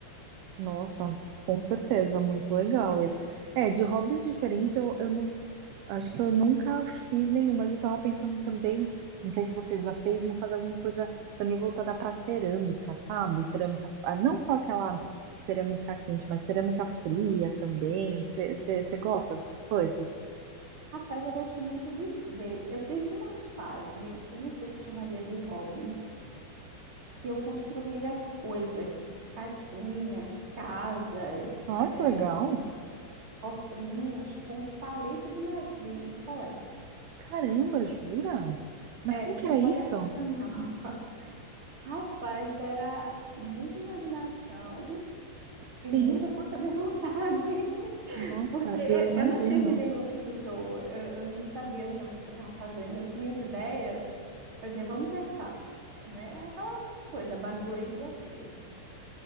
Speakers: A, on the right; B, on the right.
A: nossa, com certeza, muito legal esse. É, de hobbies diferentes eu, eu não Acho que eu nunca fiz nenhum, mas eu tava pensando também, não sei se você já fez, em fazer alguma coisa também voltada para cerâmica, sabe? Cerâmica, ah, não só aquela cerâmica quente, mas cerâmica fria também. Você gosta dessas coisas?
B: Rapaz, eu gosto muito de ver. Eu tive uma fase, eu não sei se eu chamaria de hobby, que eu construía coisas, caixinhas, casas,
A: Ah, que
B: eh,
A: legal!
B: cofrinhos com palito de, ma- de, de picolé.
A: Caramba, jura? Mas
B: É,
A: como
B: tive
A: que era
B: que fazer
A: isso?
B: artesanal. <laughs> Rapaz, era muita imaginação
A: Sim,
B: e muita força de vontade, <laughs>
A: nossa,
B: porque
A: eu imagino.
B: eu não tive nenhum instrutor, eu, eu não sabia exatamente o que eu estava fazendo, eu tinha as ideias, eu dizia, vamos testar, né? Aquela coisa, a base do erro e do acerto.